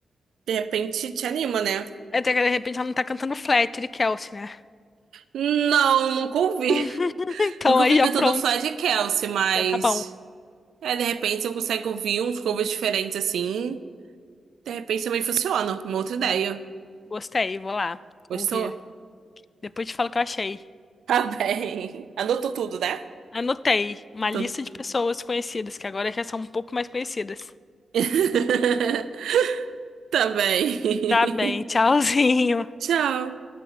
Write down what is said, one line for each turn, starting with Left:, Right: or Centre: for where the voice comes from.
Right: de repente te anima, né?
Left: Até que de repente ela não tá cantando Fletcher e Kelsey, né?
Right: Não, nunca ouvi.
Left: <laughs>
Right: <laughs>
Left: Então
Right: Nunca
Left: aí
Right: ouvi
Left: já
Right: cantando
Left: pronto.
Right: Flash e Kelsey, mas
Left: Já tá bom.
Right: é, de repente eu consigo ouvir uns covers diferentes assim, de repente também funciona. Uma outra ideia.
Left: Gostei, vou lá
Right: Gostou?
Left: ouvir.
Right: <laughs>
Left: Depois te falo o que eu achei.
Right: Tá bem. Anotou tudo, né?
Left: Anotei uma
Right: Tô-
Left: lista de pessoas conhecidas, que agora já são um pouco mais conhecidas.
Right: <laughs> Tá bem.
Left: Tá bem, tchauzinho.
Right: <laughs> Tchau.